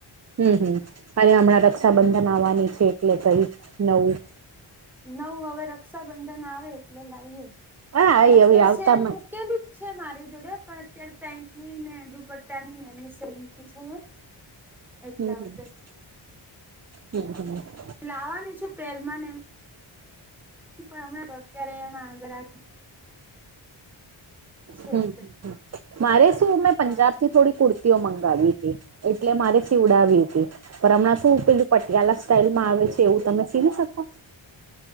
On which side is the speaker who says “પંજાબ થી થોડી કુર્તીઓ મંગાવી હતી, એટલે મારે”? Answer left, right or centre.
Right